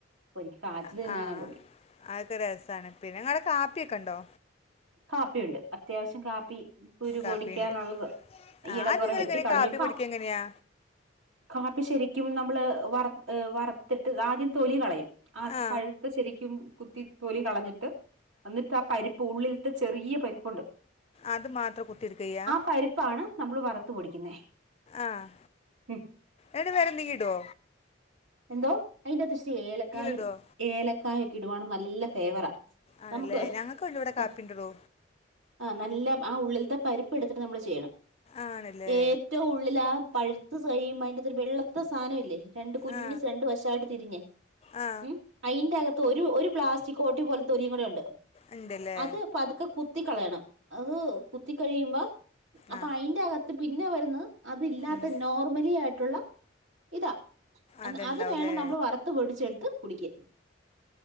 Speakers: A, on the right; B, on the left.
A: എനിക്ക് കാച്ചില്
B: അ
A: തിന്നാനാ
B: ആഹ്
A: കൊതി
B: അതൊക്കെ രസാണ് പിന്നെ നിങ്ങള് കാപ്പിക്കെ ഒണ്ടോ
A: കാപ്പി ഒണ്ട് അത്യാവശ്യം കാപ്പി കുരു
B: കാപ്പി
A: പൊടിക്കാൻ
B: ഉണ്ട്
A: ഒള്ളത്
B: ആ
A: ഈ എടേ
B: അത്
A: കൊറേ
B: നിങ്ങൾ
A: വെട്ടി
B: എങ്ങനെ
A: കളിഞ്ഞു
B: കാപ്പി
A: പ
B: കുടിക്കുക എങ്ങനെയാ
A: കാപ്പി ശെരിക്കും നമ് മ്മള് വറു ഏ വറുത്തിട്ട് ആദ്യം തൊലി കളയും അഹ്
B: ആ
A: പഴുത്ത ശെരിക്കും കുത്തി തൊലി കളഞ്ഞ് ട്ട് എന്നിട്ട് ആ പരിപ്പ് ഉള്ളിൽ ത്ത് ചെറിയെ പരിപ്പൊണ്ട്
B: അത് മാത്രം കുത്തി എടുക്കെയ്യാ
A: പരിപ്പാണ് നമ്മള് വറത്തു പൊടിക്കുന്നേ
B: ആഹ്
A: ഉം
B: എടെ വേറെന്തെങ്കിലും ഇടോ
A: എന്തോ അയിന്റത്ത് ഇച്ചിരി ഏലക്കായും
B: ഇടുവോ
A: ഏല ക്കായൊക്കെ ഇടുവാണെ നല്ല ഫ്ളേവറ
B: ആണല്ലേ
A: നമുക്ക്
B: ഞങ്ങൾക്ക് ഉണ്ട് ഇവിടെ
A: ത്ത്
B: കാപ്പി ഉണ്ടോ
A: ആഹ് നല്ല ആ ഉള്ളില ടെ പരിപ്പെടുത്തിട്ട് നമ്മള് ചെയ്യണം
B: ആണല്ലേ
A: ഏറ്റവും ഉള്ളില് ആ പഴു ത് ദിവസം കഴിയുമ്പോ അതിനാത്തൊരു വെള്ത്ത സാനം ഇല്ലേ കുഞ്ഞ്
B: ആ
A: സെണ്ട് വശവായിട്ട് തിരിഞ്ഞ്
B: ആ
A: മ് അയിന്റാത്ത് ഒരു ഒരു പ്ലാസ്റ്റിക്ക് കോട്ടി പോല തൊലിയും കൂടെയുണ്ട്
B: ഉണ്ടല്ലേ
A: അത് പതുക്കെ കു ത്തി കളയണം അതൂ കുത്തി കഴിയുമ്പോ അപ്പ
B: ആ
A: അയിന്റെ അക ത്ത് പിന്നെ വരുന്നു അത് ഇല്ലാത്ത
B: ഉം.
A: നോർമലി ആയി ട്ടുള്ള ഇതാ അന്ന്
B: അതുണ്ടാവും
A: അത് വേണം
B: അല്ലേ
A: നമ്മൾ വർത്ത് പൊടിച്ച് എട്ത്ത് കുടിക്കാ